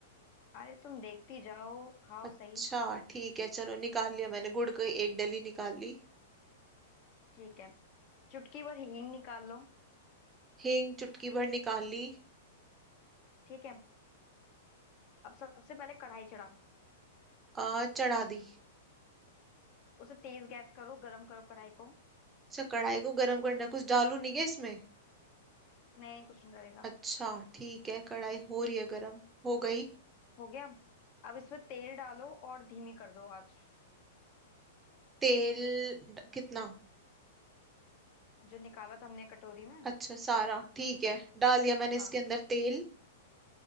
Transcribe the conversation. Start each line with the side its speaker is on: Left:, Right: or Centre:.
Left: अरे तुम देखती जाओ खाओ
Right: अच्छा
Left: सही
Right: ठीक है चलो निकाल लिया मैंने गुड़ की एक डली निकाल ली
Left: ठीक है चुटकी भर हींग निकाल लो
Right: हींग चुटकी भर निकाल ली
Left: ठीक है अब सबसे पहले कढ़ाई चढ़ाओ
Right: आ, चढ़ा दी
Left: उसे तेज गैस करो गरम करो कढ़ाई को
Right: अच्छा कढ़ाई को गर्म करना है कुछ डालू नहीं क्या इसमें
Left: नहीं नहीं कुछ नहीं डलेगा
Right: अच्छा ठीक है कढ़ाई हो रही है गर्म हो गई
Left: हो गया अब इसमें तेल डालो और धीमी कर दो आंच
Right: तेल ड- कितना
Left: जो निकाला था हमने कटोरी में
Right: अच्छा सारा ठीक है डाल दिया मैंने
Left: हाँ
Right: इसके अंदर तेल